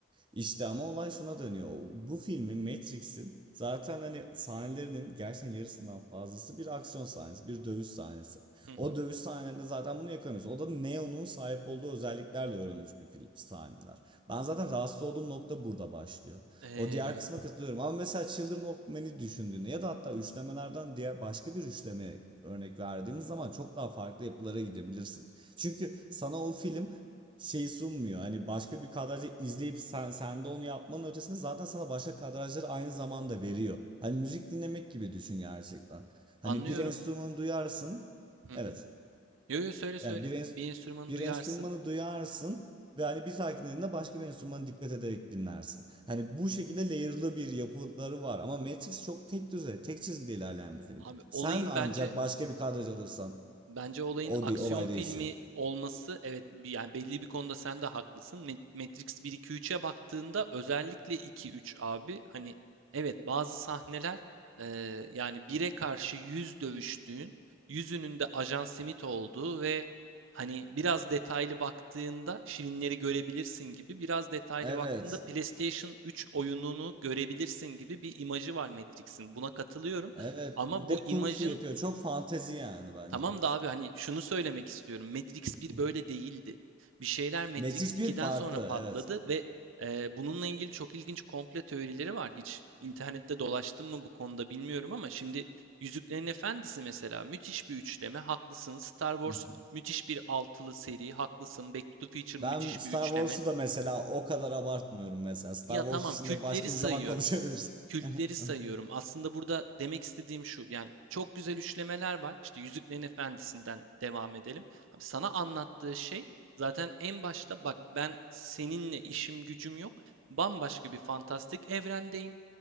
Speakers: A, on the right (about 25°); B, on the right (about 80°).
A: İşte ama olay şuna dönüyor. O- Bu filmin Matrix'in zaten hani sahnelerinin gerçekten yarısından fazlası bir aksiyon sahnesi, bir dövüş sahnesi.
B: Hı hı.
A: O dövüş sahnelerinde zaten bunu yakamıyoruz. O da Neo'nun sahip olduğu özelliklerle örülmüş bir film sahneler. Ben zaten rahatsız olduğum nokta burada başlıyor.
B: Ee,
A: O diğer kısma katılıyorum ama mesela Children of Men'i düşündüğünde ya da hatta üçlemelerden diğer başka bir üçlemeye örnek verdiğimiz zaman çok daha farklı yapılara gidebilirsin. Çünkü sana o film şey sunmuyor. Hani başka bir kadrajı izleyip sen, sen de onu yapmanın ötesinde zaten sana başka kadrajları aynı zamanda veriyor. Hani müzik dinlemek gibi düşün gerçekten. Hani
B: anlıyorum.
A: bir enstrümanı duyarsın.
B: Hı
A: Evet.
B: hı. Yo yo söyle söyle.
A: Yani bir enst-
B: Bir enstrümanı
A: bir
B: duyarsın.
A: enstrümanı duyarsın ve hani bir sakinliğinde başka bir enstrümana dikkat ederek dinlersin. Hani bu şekilde layer'lı bir yapıları var ama Matrix çok tek düze, tek çizgide ilerleyen bir film.
B: Abi olayın
A: Sen ancak
B: bence
A: başka bir kadraj alırsan
B: Bence olayın
A: o
B: aksiyon
A: de- olay
B: filmi
A: değişiyor.
B: olması evet yani belli bir konuda sen de haklısın. Ma- Matrix bir 2 üç'e baktığında özellikle 2 3 abi hani evet bazı sahneler eee, yani bir'e karşı 100 dövüştüğün, yüzünün de Ajan Smith olduğu ve hani biraz detaylı baktığında şirinleri görebilirsin gibi, biraz detaylı
A: Evet.
B: baktığında PlayStation 3 oyununu görebilirsin gibi bir imajı var Matrix'in. Buna katılıyorum
A: Evet.
B: ama
A: Bir
B: bu
A: de
B: imajın
A: kung fu yapıyor. Çok fantezi yani bence.
B: Tamam da abi hani şunu söylemek istiyorum. Matrix bir
A: <laughs>
B: böyle değildi. Bir şeyler Matrix
A: Matrix
B: ikiden
A: bir farklı.
B: sonra patladı
A: Evet.
B: ve e, bununla ilgili çok ilginç komple teorileri var. Hiç internette dolaştım mı bu konuda bilmiyorum ama şimdi Yüzüklerin Efendisi mesela müthiş bir üçleme. Haklısın. Star Wars
A: <laughs>
B: müthiş bir altılı seri. Haklısın. Back to the Future
A: Ben
B: müthiş
A: Star
B: bir üçleme.
A: Wars'u da mesela o kadar abartmıyorum mesela. Star
B: Ya
A: Wars
B: tamam
A: için
B: kültleri
A: de başka
B: sayıyorum.
A: bir zaman konuşabiliriz. <laughs>
B: Kültleri sayıyorum. Aslında burada demek istediğim şu. Yani çok güzel üçlemeler var. İşte Yüzüklerin Efendisi'nden devam edelim. Abi sana anlattığı şey zaten en başta bak ben seninle işim gücüm yok. Bambaşka bir fantastik evrendeyim.